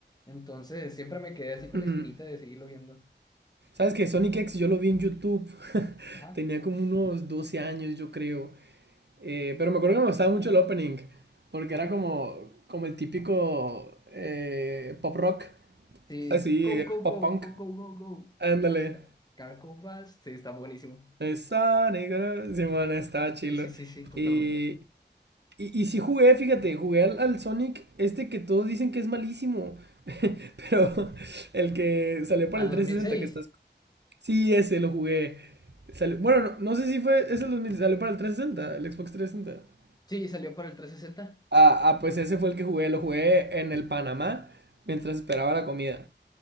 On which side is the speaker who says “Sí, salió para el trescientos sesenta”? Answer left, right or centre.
Left